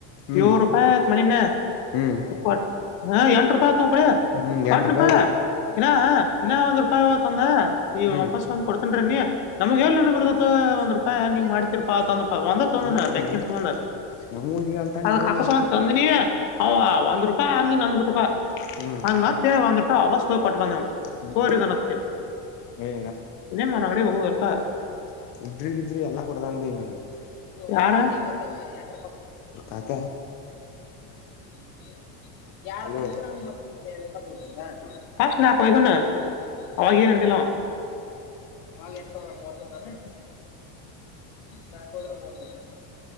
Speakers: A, on the left; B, on the left.
A: ಹ್ಮ್
B: ನೂರು ರೂಪಾಯಿ, ಮನೀನಾ.
A: ಹ್ಮ್
B: <unintelligible> ಏಳುವರೆ, ಎಂಟು, ರೂಪಾಯಿ, ಆಯ್ತು, ಕೊಡಿ,
A: ಹ್ಮ್
B: ಕೊಟುಬೇಗ?
A: ಎಂಟ ರೂಪಾಯಿ ಬೈ
B: <unintelligible> ಇನಾ, ಇನ್ನ, ಹಾ, ಒಂದ್ ರೂಪಾಯಿ, ತಾಂಧ ಈಗ,
A: ಹ್ಮ್
B: ವಾಪಸ್, ಬಂದು, ಕೊಡ್ತೀನಿ. <unintelligible> ಅಂದ್ರೆ, ನೀವು, ನಮಗೇನು, ಒಂದ್ ರೂಪಾಯಿ ಹಂಗ, ಹಿಂಗು, ಮಾಡ್ತಿರಪ್ಪಾ? <unintelligible> ತಗೊಂಡ್ರೆ ತಗೊಳೋಣ,
A: ಹ್ಮ್
B: ಬೇಕಿಲ್ಲ,
A: ನಮ್
B: ತಕೊಂಡು. <unintelligible>
A: ನಮಗೂ ಹಿಂಗ ಅಂತಂದ ಇವ
B: ಅಕಸ್ಮಾತ್ ಅಂದ್ರೆ ನೀವು? ಒಂದ್ ರೂಪಾಯಿ! ನೀನು, ನನ್ಗೆ, ಹೂ. <unintelligible> ಊಟ,
A: ಹ್ಮ್
B: ಮತ್ತೆ, ಒಂದುರುಪಾಯಿ, ಆವಕ. <unintelligible> ಕೊಟ್ ಬಂದವು
A: ಹ್ಮ್
B: ತಾಕೋಳಿ, ಮತ್ತು,
A: ಏ
B: ಇನ್ನೊನು, ಮಾಡೋದ್ರಿ, ಹೋಗಿರಿಪ. <unintelligible>
A: ಉದ್ರಿಕಿದ್ರಿ, ಎಲ್ಲಾ, ಕೊಡುತಾನೇರಿ, ನನಗೆ. <unintelligible>
B: ಯಾರ, ಹ್ಮ್ಮ್.
A: ಕಾಕ
B: <unintelligible> ಯಾರು,
A: ಹಲೋ
B: ತಕೊಂಡು, ಇದರು, ಲೆಕ್ಕತೋರಿಸೋಧ. <unintelligible> ಕಸ್ಣ ಕೊಯಗನು ಅವಾಗಾಗ ನಂದಲ ಆಾಗ ಎಡ್ತಂಗ ಮೂವತ್ತಂಗಾನ ನಾಲ್ಕದರ ಮೂವತ್ತುತ್ತು